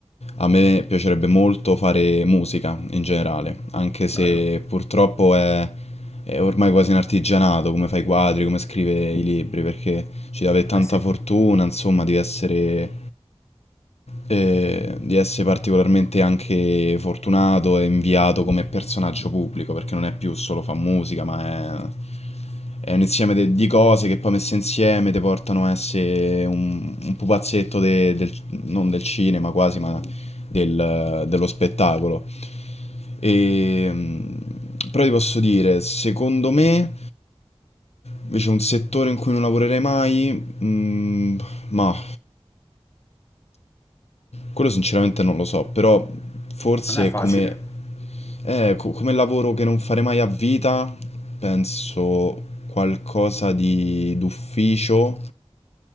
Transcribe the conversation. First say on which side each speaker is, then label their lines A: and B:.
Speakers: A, on the left (about 75°); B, on the left (about 25°).
A: a me piacerebbe molto fare musica in generale, anche se
B: Bello,
A: purtroppo è, è ormai quasi un artigianato, come fa i quadri, come scrive i libri, perché ci deve tanta
B: eh sì,
A: fortuna, insomma, di essere eh, di essere particolarmente anche fortunato e inviato come personaggio pubblico, perché non è più solo fa musica, ma è, è un insieme de- di cose che poi messe insieme ti portano a essere un, un pupazzetto de- del, non del cinema quasi, ma del- dello spettacolo. E, mm, però ti posso dire, secondo me, invece un settore in cui non lavorerei mai, mm, ma quello sinceramente non lo so, però forse
B: non è facile.
A: come, eh, co- come lavoro che non farei mai a vita, penso qualcosa di d'ufficio,